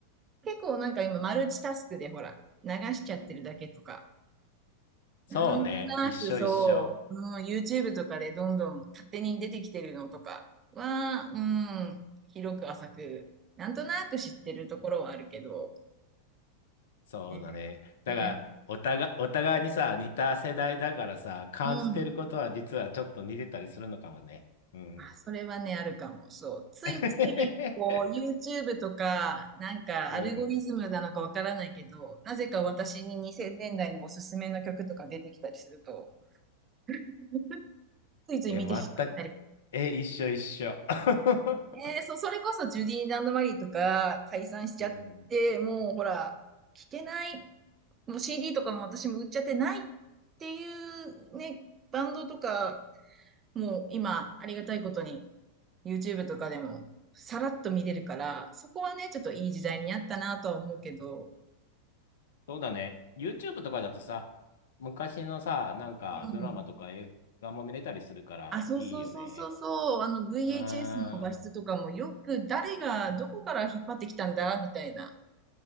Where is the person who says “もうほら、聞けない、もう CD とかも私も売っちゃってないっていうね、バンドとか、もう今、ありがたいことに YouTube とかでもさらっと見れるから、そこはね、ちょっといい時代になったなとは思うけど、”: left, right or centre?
Right